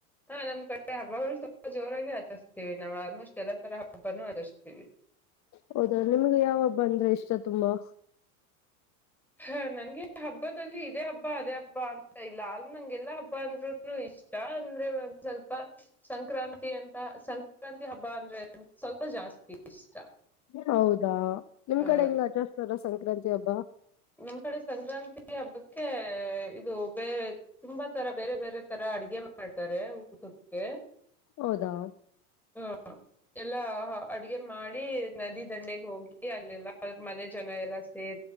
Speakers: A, in the centre; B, on the left.
A: ಹಾ ನಮ್ ಕಡೆ ಹಬ್ಬಗಳು ಸ್ವಲ್ಪ ಜೋರಾಗಿ ಆಚರ್ಸ್ತೀವಿ ನಾವ್ ಆಲ್ಮೋಸ್ಟ್ ಎಲ್ಲಾ ತರ ಹಬ್ಬನು ಆಚರ್ಸ್ತೀವಿ.
B: ಹೌದ ನಿಮ್ಗೆ ಯಾವಬ್ಬ ಅಂದ್ರೆ ಇಷ್ಟ ತುಂಬಾ.
A: ಹಾ ನನ್ಗೆ ಹಬ್ಬದಲ್ಲಿ ಇದೇ ಹಬ್ಬ ಅದೇ ಹಬ್ಬ ಅಂತ ಇಲ್ಲ ಅಲ್ ನಂಗೆಲ್ಲಾ ಹಬ್ಬ ಅಂದ್ರುನು ಇಷ್ಟ ಅಂದ್ರೆ ಒಂದ್ ಸ್ವಲ್ಪ. ಸಂಕ್ರಾಂತಿ ಅಂತ ಸಂಕ್ರಾಂತಿ ಹಬ್ಬ ಅಂದ್ರೆ ಸ್ವಲ್ಪ ಜಾಸ್ತಿ ಇಷ್ಟ.
B: ಹೌದಾ ನಿಮ್
A: ಆ
B: ಕಡೆ ಹೆಂಗ್ ಆಚರ್ಸ್ತಾರೆ ಸಂಕ್ರಾಂತಿ ಹಬ್ಬ.
A: ನಮ್ ಕಡೆ ಸಂಕ್ರಾಂತಿ ಹಬ್ಬಕ್ಕೆ ಇದು ಬೇರೆ. ತುಂಬಾ ತರ ಬೇರೆ ಬೇರೆ ತರ ಅಡ್ಗೆ ಮಾಡ್ತಾರೆ. ಊಟುಕ್ಕೆ
B: ಹೌದಾ
A: ಹ್ಮ್. ಎಲ್ಲಾ ಅಡ್ಗೆ ಮಾಡಿ ನದಿ ದಂಡೆಗ್ ಹೋಗಿ ಅಲ್ಲೆಲ್ಲ ಮನೆ ಜನ ಎಲ್ಲ ಸೇ